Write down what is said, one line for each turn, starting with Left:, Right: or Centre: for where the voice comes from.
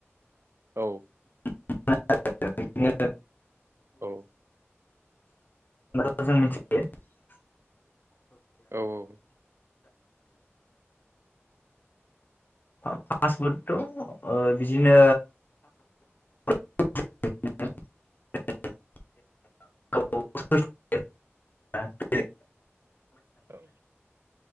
Right: औ
Left: <inaudible>
Right: अ
Left: <inaudible>
Right: औ औ
Left: फा फास्ट पुट थ' ओ बिदिनो <inaudible> <inaudible>
Right: औ